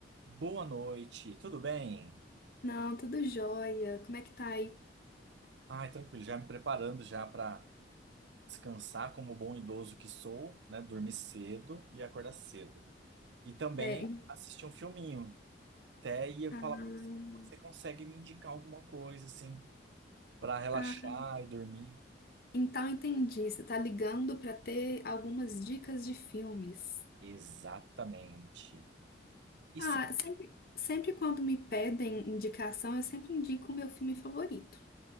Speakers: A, on the right; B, on the left.
A: Boa noite, tudo bem?
B: Não, tudo jóia. Como é que tá aí?
A: Ai, tranquilo, já me preparando já para descansar como bom idoso que sou, né? Dormir cedo e acordar cedo. E também
B: É, em-
A: assistir um filminho. Até ia
B: ah,
A: falar para você, você consegue me indicar alguma coisa assim para relaxar
B: ah,
A: e dormir?
B: então entendi. Você tá ligando para ter algumas dicas de filmes.
A: Exatamente. E
B: Ah,
A: só
B: sempre, sempre quando me pedem indicação, eu sempre indico o meu filme favorito.